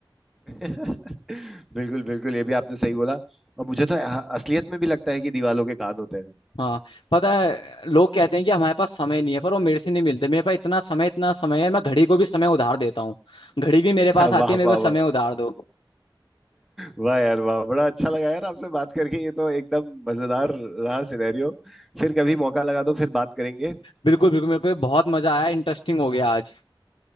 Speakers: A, in the centre; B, on the left.
A: <laughs> बिल्कुल बिल्कुल ये भी आपने सही बोला और मुझे तो असलियत में भी लगता है कि दीवालों के कान होते हैं
B: हाँ पता है लोग कहते हैं कि हमारे पास समय नहीं है पर वो मेरे से नहीं मिलते मेरे पास इतना समय इतना समय है मैं घड़ी को भी समय उधार देता हूँ घड़ी भी मेरे
A: <laughs>
B: पास आती
A: वाह
B: है मेरे
A: वाह
B: को समय
A: वाह
B: उधार दो
A: वाह यार वाह बड़ा अच्छा लगा यार आपसे बात करके ये तो एकदम मजेदार रहा सिनेरियो फिर कभी मौका लगा तो फिर बात करेंगे
B: बिल्कुल बिल्कुल मेरे को ये बहुत मजा आया इंटरेस्टिंग हो गया आज